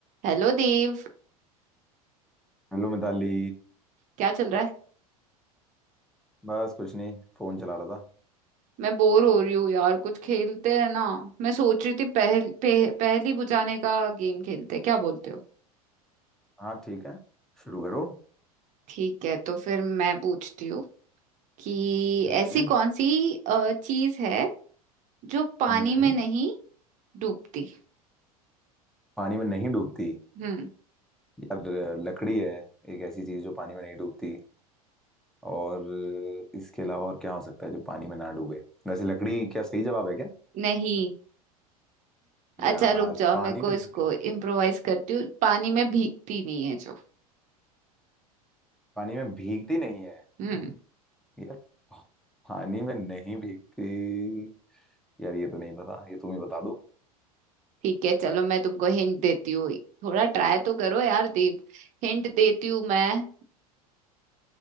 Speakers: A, on the right (about 40°); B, in the centre.
A: Hello Dev
B: Hello Mitali
A: क्या चल रहा है
B: बस कुछ नहीं फोन चला रहा था
A: मैं बोर हो रही हूँ यार कुछ खेलते हैं ना मैं सोच रही थी पहल पे, पहेली बुझाने का गेम खेलते हैं क्या बोलते हो
B: हाँ ठीक है शुरू करो
A: ठीक है तो फिर मैं पूछती हूँ कि
B: हम्म
A: ऐसी कौन सी चीज है जो पानी
B: हम्म
A: में नहीं डूबती
B: पानी में नहीं डूबती
A: हम्म
B: यार लकड़ी है एक ऐसी चीज जो पानी में नहीं डूबती और इसके अलावा और क्या हो सकता है जो पानी में ना डूबे वैसे लकड़ी क्या सही जवाब है क्या
A: नहीं
B: यार
A: अच्छा रुक जाओ
B: पानी
A: मेरे को
B: में
A: इसको
B: नहीं डूबती
A: इम्प्रोवाइज करती हूँ पानी में भीगती नहीं है जो
B: पानी में भीगती नहीं है
A: हम्म
B: यार पानी में नहीं भीगती यार ये तो नहीं पता ये तुम ही बता दो
A: ठीक है चलो मैं तुमको हिंट देती हूँ थोड़ा ट्राई तो करो यार देव हिंट देती हूँ मैं